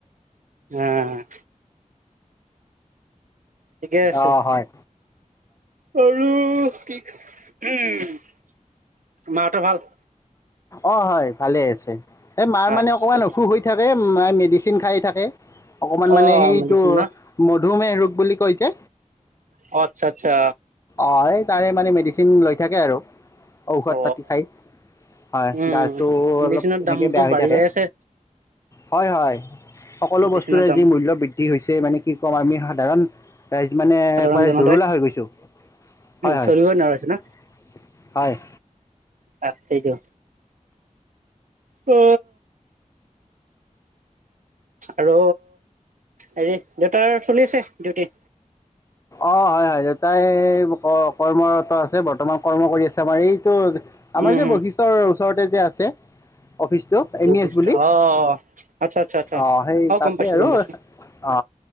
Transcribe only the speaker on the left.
অ হয়
অ হয় ভালে আছে এই মাৰ মানে
অকমান অসুখ হৈ থাকে ম মেডিচিন খাই থাকে অকমান
মানে সেইটো
ম ধুমহ ৰোগ বুলি কৈছে
অ এই তাৰে মানে মেডিচিন লৈ থাকে আৰু ঔষধ
পাতি খাই হয়
গাজটো
অলপ এনেকেই
বেয়া হৈ
থাকে
হয় হয় সকলো
বস্তুৰে
যি মূল্য বৃদ্ধি হৈছে মানে কি ক'ম আমি সাধাৰণ ৰাইজ মানে
একবাৰ
জৰুলা হৈ গৈছোঁ হয় হয়
হয়
অ হয় হয় দেউতাই কৰ্মৰত আছে বৰ্তমান কৰ্ম কৰি আছে আমাৰ এইটো আমাৰ
যে
বৈশিষ্টৰ চৰ্টেজে আছে অফিচটো এম ই
এছ বুলি
অ সেই
তাতে
আৰু
অ